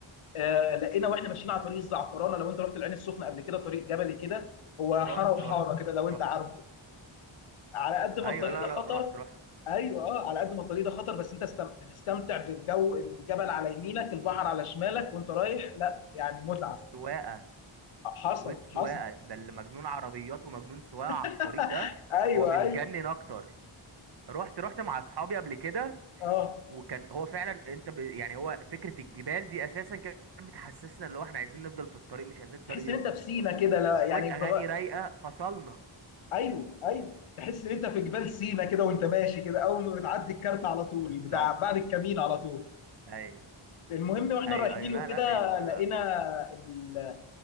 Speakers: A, on the left (about 90°); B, on the right (about 55°).
A: آه لقينا واحنا ماشيين على طريق الزعفرانه لو انت رحت العين السخنه قبل كده طريق جبلي كده هو
B: رحت
A: حاره وحاره
B: رحت
A: كده لو انت
B: رحت
A: عارفه
B: اه
A: على قد ما
B: ايوه
A: الطريق
B: لا
A: ده
B: لا
A: خطر
B: رحت رحت
A: ايوه اه على قد ما الطريق ده خطر بس انت استم- بتستمتع بالجو الجبل على يمينك البحر على شمالك وانت رايح لا يعني متعه
B: والسواقه
A: حصل
B: والسواقه
A: حصل
B: ده اللي مجنون عربيات ومجنون سواقه على
A: <laughs>
B: الطريق ده
A: ايوه
B: هو بيتجنن
A: ايوه
B: اكتر رحت رحت مع اصحابي قبل كده
A: اه
B: وكان هو فعلا انت ب... يعني هو فكره الجبال دي اساسا كانت بتحسسنا اللي هو احنا عايزين نفضل في الطريق مش عايزين الطريق
A: تحس ان
B: يخلص
A: انت في سينا كده لا
B: وشويه
A: يعني بغ...
B: اغاني رايقه فصلنا
A: ايوه ايوه تحس ان انت في جبال سينا كده وانت ماشي كده اول ما بتعدي الكارت على طول
B: بالظبط
A: بتاع بعد الكمين على طول
B: ايوه
A: المهم واحنا
B: ايوه
A: رايحين
B: ايوه لا
A: وكده
B: لا ال...
A: لقينا ال...